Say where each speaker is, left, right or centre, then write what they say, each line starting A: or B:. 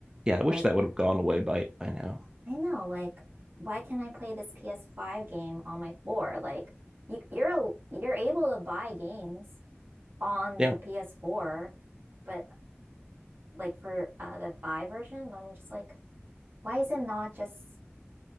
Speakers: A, on the right; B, on the right.
A: Yeah, I wish
B: Like,
A: that would have gone away by by now.
B: I know, like, why can't I play this PS5 game on my four? Like, you, you're you're able to buy games on
A: Yeah.
B: the PS4, but like for uh, the 5 version, but I'm just like, why is it not just